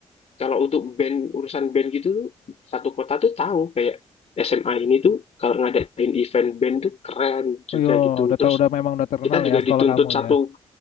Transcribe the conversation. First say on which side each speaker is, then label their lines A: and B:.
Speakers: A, on the left (about 55°); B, on the left (about 80°).
A: kalau untuk band urusan band gitu tuh satu kota tuh tahu kayak SMA ini tuh kalau ngadain event band tuh keren juga
B: oh yo
A: gitu
B: udah
A: terus
B: ter udah memang udah terkenal
A: kita juga
B: ya sekolah
A: dituntut
B: kamu
A: satu
B: ya